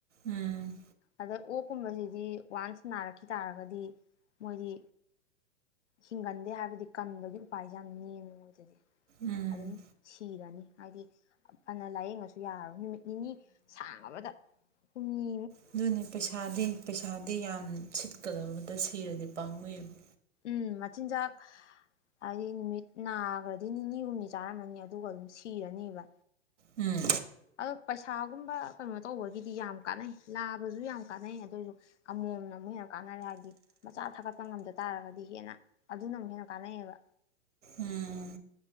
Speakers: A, on the right (about 85°); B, on the left (about 80°).
A: ꯎꯝ
B: ꯑꯗ ꯑꯣꯛꯀꯨꯝꯕꯁꯤꯗꯤ ꯋꯥꯟꯁ ꯅꯥꯔꯛꯈꯤ ꯇꯥꯔꯒꯗꯤ ꯃꯣꯏꯗꯤ ꯍꯤꯡꯒꯟꯗꯦ ꯍꯥꯏꯕꯗꯤ ꯀꯟꯕꯒꯤ ꯎꯄꯥꯏꯁꯦ ꯌꯥꯝ ꯅꯦꯝꯃꯦ ꯃꯣꯏꯗꯗꯤ
A: ꯎꯝ
B: ꯑꯗꯨꯝ ꯊꯤꯔꯅꯤ ꯍꯥꯏꯗꯤ ꯐꯅ ꯂꯥꯏꯌꯦꯡꯉꯁꯨ ꯌꯥꯔꯣꯏ ꯅꯨꯃꯤꯠ ꯅꯤꯅꯤ ꯁꯥꯡꯉꯕꯗ ꯍꯨꯝꯅꯤ
A: ꯑꯗꯨꯅꯦ ꯄꯩꯁꯥꯗꯤ ꯄꯩꯁꯥꯗꯤ ꯌꯥꯝ ꯁꯤꯠꯀꯗꯕꯗ ꯁꯤꯔꯗꯤ ꯄꯥꯝꯃꯨꯏꯕ
B: ꯎꯝ ꯃꯆꯤꯟꯖꯥꯛ ꯍꯥꯏꯗꯤ ꯅꯨꯃꯤꯠ ꯅꯥꯒ꯭ꯔꯗꯤ ꯅꯤꯅꯤ ꯍꯨꯝꯅꯤ ꯆꯥꯔꯝꯃꯅꯤ ꯑꯗꯨꯒ ꯑꯗꯨꯝ ꯁꯤꯔꯅꯤꯕ
A: ꯎꯝ
B: ꯑꯗ ꯄꯩꯁꯥꯒꯨꯝꯕ ꯀꯩꯅꯣ ꯇꯧꯕꯒꯤꯗꯤ ꯌꯥꯝ ꯀꯥꯟꯅꯩ ꯂꯥꯕꯁꯨ ꯌꯥꯝ ꯀꯥꯟꯅꯩ ꯑꯗꯨ ꯑꯣꯏꯁꯨ ꯑꯃꯣꯝꯅ ꯑꯃꯨꯛ ꯍꯦꯟꯅ ꯀꯥꯟꯅꯔꯦ ꯍꯥꯏꯕꯗꯤ ꯃꯆꯥ ꯊꯥꯒꯠꯄ ꯉꯝꯗ ꯇꯥꯔꯒꯗꯤ ꯍꯦꯟꯅ ꯑꯗꯨꯅ ꯑꯃꯨꯛ ꯍꯦꯟꯅ ꯀꯥꯟꯅꯩꯌꯦꯕ
A: ꯎꯝ